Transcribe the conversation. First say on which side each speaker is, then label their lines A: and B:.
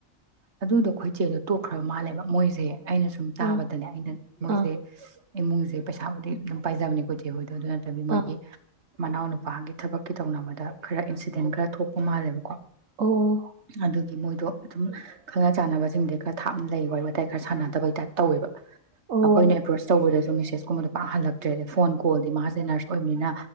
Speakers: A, on the right; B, on the right.
A: ꯑꯗꯨꯗꯣ ꯑꯩꯈꯣꯏ ꯆꯦꯗꯣ ꯇꯣꯛꯈ꯭ꯔꯕ ꯃꯥꯜꯂꯦꯕ ꯃꯣꯏꯁꯦ ꯑꯩꯅ ꯁꯨꯝ ꯇꯥꯕꯗꯅꯦ
B: ꯑꯥ
A: ꯑꯩꯅ ꯃꯣꯏꯁꯦ
B: ꯑꯥ
A: ꯏꯃꯨꯡꯁꯦ ꯄꯩꯁꯥꯕꯨꯗꯤ ꯑꯗꯨꯝ ꯄꯥꯏꯖꯕꯅꯦ ꯈꯣꯏ ꯆꯦ ꯍꯣꯏ ꯑꯗꯨ ꯑꯗꯨ ꯅꯠꯇꯕꯤ ꯃꯣꯏꯒꯤ
B: ꯑꯥ
A: ꯃꯅꯥꯎ ꯅꯨꯄꯥꯒꯤ ꯊꯕꯛꯀꯤ ꯇꯧꯅꯕꯗ ꯈꯔ ꯏꯟꯁꯤꯗꯦꯟ ꯈꯔ ꯊꯣꯛꯄ ꯃꯥꯜꯂꯦꯕꯀꯣ
B: ꯑꯣ
A: ꯑꯗꯨꯒꯤ ꯃꯣꯏꯗꯣ ꯑꯗꯨꯝ ꯈꯪꯅ ꯆꯥꯟꯅꯕꯁꯤꯡꯗꯤ ꯈꯔ ꯊꯥꯞꯅ ꯂꯩ ꯋꯥꯔꯤ ꯋꯥꯇꯥꯏ ꯈꯔ ꯁꯥꯟꯅꯗꯕꯩ ꯇꯥꯏꯞ ꯇꯧꯋꯦꯕ
B: ꯑꯣ
A: ꯑꯩꯈꯣꯏꯅ ꯑꯦꯄ꯭ꯔꯣꯁ ꯇꯧꯕꯗꯁꯨ ꯑꯗꯨ ꯃꯦꯁꯦꯁꯀꯨꯝꯕꯗꯣ ꯄꯥꯛ ꯍꯜꯂꯛꯇ꯭ꯔꯦ ꯑꯗꯩꯩ ꯐꯣꯟ ꯀꯣꯜꯗꯤ ꯃꯥꯁꯦ ꯅꯔꯁ ꯑꯣꯏꯕꯅꯤꯅ